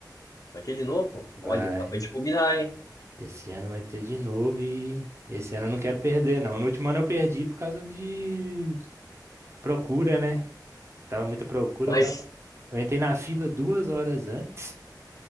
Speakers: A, on the left; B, on the right.
A: Vai ter de novo?
B: Vai.
A: Olha, dá pra gente combinar, hein?
B: Esse ano vai ter de novo e esse ano eu não quero perder, não. No último ano eu perdi por causa de procura, né? Tava muita procura,
A: Mas,
B: eu tava... na- eu entrei na fila duas horas antes